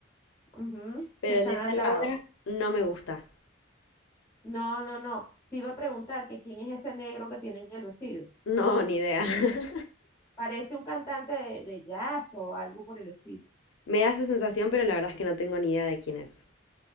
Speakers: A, on the left; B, on the left.
A: ujú,
B: Pero
A: Que están
B: el de esa
A: al
B: Laura
A: lado.
B: no me gusta.
A: No, no, no. Te iba a preguntar que quién es ese negro que tiene en el vestido.
B: No, ni idea. <laughs>
A: Parece un cantante de, de jazz o algo por el estilo.
B: Me da esa sensación, pero la verdad es que no tengo ni idea de quién es.